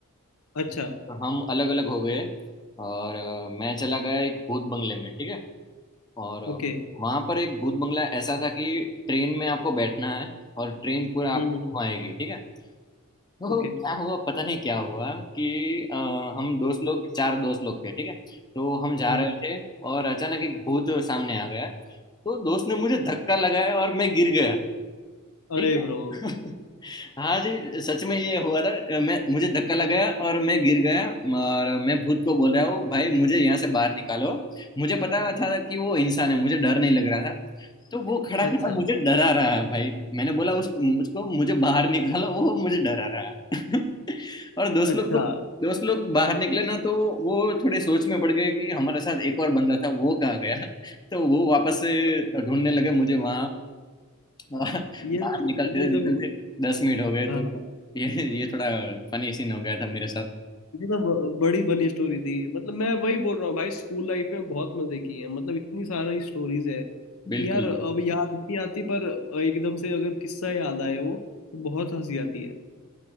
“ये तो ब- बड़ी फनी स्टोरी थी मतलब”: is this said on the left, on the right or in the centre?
Left